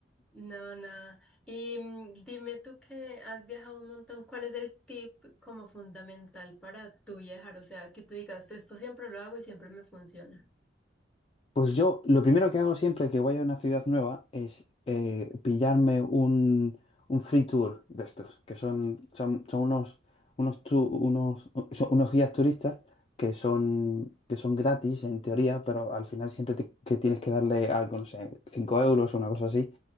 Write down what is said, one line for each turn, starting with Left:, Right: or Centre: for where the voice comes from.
Centre: no, nada. Y mm, dime tú que has viajado un montón, ¿cuál es el tip como fundamental para tú viajar? O sea, que tú digas, esto siempre lo hago y siempre me funciona.
Left: Pues yo lo primero que hago siempre que voy a una ciudad nueva es eh, pillarme un, un free tour de estos, que son, son, son unos, unos, tu- unos, son unos guías turistas que son, que son gratis en teoría, pero al final siempre te- que tienes que darle algo, no sé, 5 euros o una cosa así